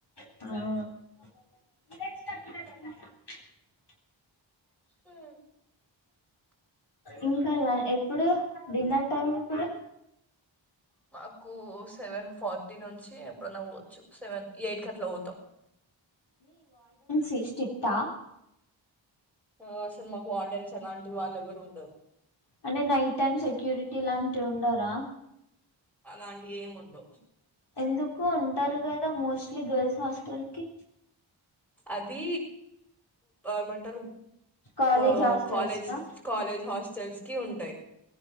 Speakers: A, on the left; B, in the centre.
A: ఆ
B: హ్మ్
A: ఇంకా ఎప్పుడు డిన్నర్ టైం ఎప్పుడు.
B: మాకు సెవెన్ ఫార్టీ నుంచి ఎప్పుడన్నా పోవచ్చు సెవెన్ ఎయిట్ కట్లా పోతాం
A: సిక్స్టీ ఇత
B: ఆ అసలు మాకు ఆర్డెన్స్ అలాంటి వాళ్ళు ఎవరు ఉండరు.
A: అంటే నైట్ టైమ్ సెక్యూరిటీ లాంటి ఉండరా
B: అలాంటివి ఎం ఉండవు.
A: ఎందుకు ఉంటరు కదా మోస్ట్లీ గర్ల్స్ హాస్టల్ కి
B: అది ఏమంటారు.
A: కాలేజ్
B: ఆ
A: హాస్టల్స్
B: కాలేజ్
A: కా
B: కాలేజ్ హాస్టల్స్ కి ఉంటాయి.